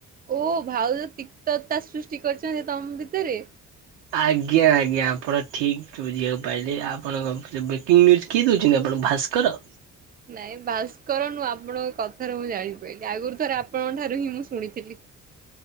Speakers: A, on the right (about 20°); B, on the right (about 65°).
A: ଓ ଭାଉଜ ତିକ୍ତତା ସୃଷ୍ଟି କରିଛନ୍ତି ତମ ଭିତରେ?
B: ଆଜ୍ଞା ଆଜ୍ଞା। ଆପଣ ଠିକ୍ ବୁଝିବାକୁ ପାଇଲେ ଆପଣଙ୍କ ବ୍ରେକିଂ ନିଉଜ୍ କିଏ ଦଉଛନ୍ତି ଆପଣ। ଭାସ୍କର?
A: ନାଇଁ ଭାସ୍କର ନୁହଁ। ଆପଣଙ୍କ କଥାରୁ ମୁଁ ଜାଣିପାରିଲି। ଆଗରୁ ଥରେ ଆପଣଙ୍କ ଠାରୁ ହିଁ ମୁଁ ଶୁଣିଥିଲି।